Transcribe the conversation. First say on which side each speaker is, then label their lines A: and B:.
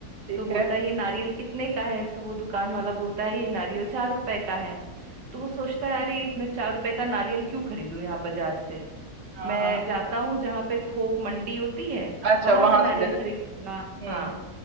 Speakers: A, on the right; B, on the right.
A: ठीक
B: तो बोलता
A: है
B: है ये नारियल कितने का है तो वो दुकान वाला बोलता है ये नारियल चार रुपए का है तो वो सोचता है अरे इसमें चार रुपए का नारियल क्यों खरीदूं यहाँ बाजार से
A: हाँ
B: मैं
A: हाँ
B: जाता हूँ जहाँ पे थोक मंडी होती है
A: अच्छा
B: वहां
A: वहां
B: से नारियल
A: से ले लो
B: खरीदूंगा
A: हम्म
B: हाँ